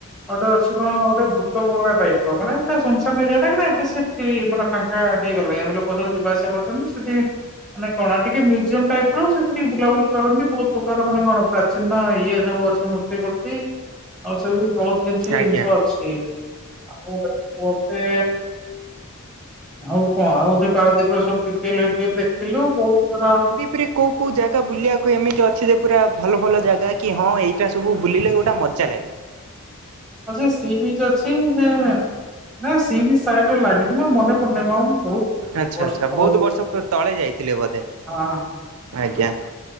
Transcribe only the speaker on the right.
ଆଜ୍ଞା।
ସେପରି କୋଉ କୋଉ ଜାଗା ବୁଲିବାକୁ ଏମିତି ଅଛି ଯେ ପୁରା ଭଲ ଭଲ ଜାଗା କି ହଁ ଏଇଟା ସବୁ ବୁଲିଲେ ଗୋଟେ ମଜା ଲାଗେ।
ଆଚ୍ଛା
ଆଚ୍ଛା
ବହୁତ
ବର୍ଷ ପ ତଳେ ଯାଇଥିଲେ ବୋଧେ
ଆଜ୍ଞା।